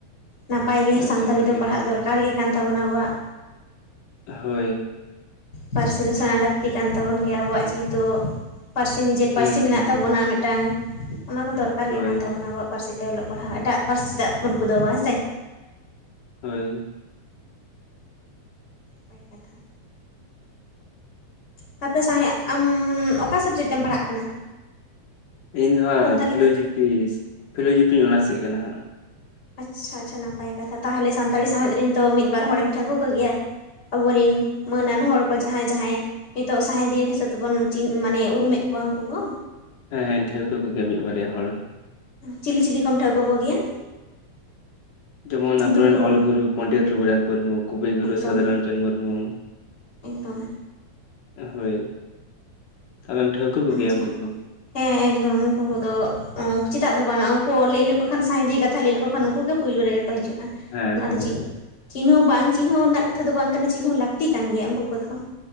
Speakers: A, on the left; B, on the left.
A: ᱱᱟᱯᱟᱭ ᱜᱮ
B: ᱟᱪᱪᱷᱟ
A: ᱥᱟᱱᱛᱟᱞᱤ
B: ᱵᱷᱟᱜᱮ
A: ᱫᱚ ᱯᱟᱲᱦᱟᱜ
B: ᱵᱷᱟᱜᱮ
A: ᱫᱚᱨᱠᱟᱨ ᱜᱮ ᱠᱟᱱ ᱛᱟᱵᱚᱱᱟ ᱟᱵᱚᱣᱟᱜ
B: ᱦᱳᱭ
A: ᱯᱟᱹᱨᱥᱤ ᱫᱚ ᱥᱮᱬᱟ ᱞᱟᱹᱠᱛᱤ ᱠᱟᱱ ᱛᱟᱵᱚᱱ ᱜᱮᱭᱟ ᱟᱵᱚᱣᱟᱜ ᱡᱮᱦᱮᱛᱩ ᱯᱟᱹᱨᱥᱤ ᱱᱤᱡᱮ
B: ᱦᱩᱸ
A: ᱯᱟᱹᱨᱥᱤ ᱢᱮᱱᱟᱜ
B: ᱦᱩᱸ ᱦᱩᱸ
A: ᱛᱟᱵᱚᱱᱟ ᱢᱤᱫᱴᱟᱝ ᱚᱱᱟ ᱫᱚ ᱫᱚᱨᱠᱟᱨ
B: ᱦᱳᱭ
A: ᱜᱮ ᱠᱟᱱ ᱛᱟᱵᱚᱱᱟ ᱟᱵᱚᱣᱟᱜ ᱯᱟᱹᱨᱥᱤ ᱛᱮ ᱚᱞᱚᱜ ᱯᱟᱲᱦᱟᱣ ᱮᱴᱟᱜ ᱯᱟᱹᱨᱥᱤ ᱪᱮᱫᱟᱜ ᱵᱚᱱ ᱠᱩᱫᱟᱹᱣ ᱟ ᱦᱮᱸ ᱥᱮ
B: ᱦᱳᱭ
A: ᱱᱟᱯᱟᱭ ᱠᱟᱛᱷᱟ ᱛᱟᱯᱮ ᱥᱟᱦᱮ ᱟᱢ ᱚᱠᱟ ᱥᱟᱵᱡᱮᱴ ᱮᱢ ᱯᱟᱲᱦᱟᱜ ᱠᱟᱱᱟ
B: ᱤᱧ ᱫᱚ ᱦᱟᱸᱜ
A: ᱥᱟᱱᱛᱟᱞᱤ
B: ᱯᱷᱤᱞᱳᱡᱚᱯᱷᱤ
A: ᱛᱮ
B: ᱯᱷᱤᱞᱳᱡᱚᱯᱷᱤᱧ ᱚᱱᱟᱨᱥ ᱮᱫ ᱠᱟᱱᱟ ᱦᱟᱸᱜ
A: ᱟᱪᱪᱷᱟ ᱟᱪᱪᱷᱟ ᱱᱟᱯᱟᱭ ᱠᱟᱛᱷᱟ ᱛᱟᱦᱚᱞᱮ ᱥᱟᱱᱛᱟᱲᱤ ᱥᱟᱶᱦᱮᱫ ᱨᱮᱱ ᱛᱚ ᱢᱤᱫ ᱵᱟᱨ ᱦᱚᱲᱮᱢ ᱴᱷᱟᱹᱣᱠᱟᱹ ᱠᱚᱜᱮᱭᱟ ᱟᱵᱚᱨᱤᱱ ᱢᱟᱹᱱᱟᱱ ᱦᱚᱲ ᱠᱚ ᱡᱟᱦᱟᱸᱭ ᱡᱟᱦᱟᱸᱭ ᱱᱤᱛᱚᱜ ᱥᱟᱸᱦᱮᱫᱤᱭᱟᱹ ᱦᱤᱥᱟᱹᱵ ᱛᱮᱵᱚᱱ ᱪᱤᱱ ᱢᱟᱱᱮ ᱩᱨᱩᱢᱮᱜ ᱠᱚᱣᱟ ᱩᱱᱠᱩ ᱠᱚ
B: ᱦᱮᱸ ᱦᱮᱸ ᱴᱷᱟᱹᱣᱠᱟᱹ ᱠᱚᱜᱮᱭᱟ ᱢᱤᱫ ᱵᱟᱨᱮᱭᱟ ᱦᱚᱲ
A: ᱪᱤᱞᱤ ᱪᱤᱞᱤ ᱠᱚᱢ ᱴᱷᱟᱹᱣᱠᱟᱹ ᱠᱚᱜᱮᱭᱟ
B: ᱡᱮᱢᱚᱱ
A: ᱧᱩᱛᱩᱢ
B: ᱟᱵᱚᱨᱮᱱ
A: ᱠᱚ ᱢᱤᱫ
B: ᱚᱞ ᱜᱩᱨᱩ ᱯᱚᱱᱰᱤᱛ ᱨᱚᱜᱷᱩᱱᱟᱛᱷ ᱢᱩᱨᱢᱩ ᱠᱚᱵᱤᱜᱩᱨᱩ
A: ᱮᱠᱫᱚᱢ
B: ᱥᱟᱫᱷᱩ ᱨᱟᱢᱪᱟᱸᱫᱽ ᱢᱩᱨᱢᱩ
A: ᱮᱠᱫᱚᱢ
B: ᱦᱳᱭ ᱟᱢᱮᱢ ᱴᱷᱟᱹᱣᱠᱟᱹ ᱠᱚᱜᱮᱭᱟ
A: ᱟᱪᱪᱷᱟ
B: ᱩᱱᱠᱩ ᱠᱚ
A: ᱦᱮᱸ ᱮᱠᱫᱚᱢ ᱩᱱᱠᱩ ᱠᱚᱫᱚ ᱚ ᱪᱮᱫᱟᱜ ᱫᱚ ᱵᱟᱝ-ᱟ ᱩᱱᱠᱩ ᱞᱟᱹᱭ ᱞᱮᱠᱚ ᱠᱷᱟᱱ ᱥᱟᱶᱦᱮᱫᱤᱭᱟᱹ ᱠᱟᱛᱷᱟ ᱞᱟᱹᱭ ᱞᱮᱠᱚ ᱠᱷᱟᱱ ᱩᱱᱠᱩ ᱜᱮ ᱯᱳᱭᱞᱳ ᱨᱮᱜᱮ ᱠᱚ ᱦᱤᱡᱩᱜ-ᱟ
B: ᱦᱮᱸ
A: ᱚᱱᱟ
B: ᱦᱮᱸ
A: ᱫᱚ ᱪᱤᱜ ᱪᱤᱱᱦᱟᱹᱣ ᱵᱟᱝ ᱪᱤᱱᱦᱟᱹᱣ ᱨᱮᱱᱟᱜ ᱠᱟᱛᱷᱟ ᱫᱚ ᱵᱟᱝ ᱠᱟᱱᱟ ᱪᱤᱱᱦᱟᱹᱣ ᱞᱟᱹᱠᱛᱤ ᱠᱟᱱ ᱜᱮᱭᱟ ᱩᱱᱠᱩ ᱠᱚᱫᱚ